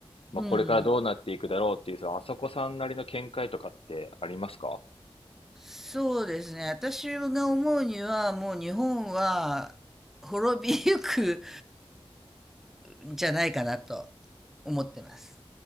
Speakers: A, on the left; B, in the centre.
A: まあこれからどうなっていくだろうっていう、
B: うん。
A: そのあさこさんなりの見解とかってありますか
B: そうですね。私が思うには、もう日本は滅びゆくんじゃないかなと思ってます。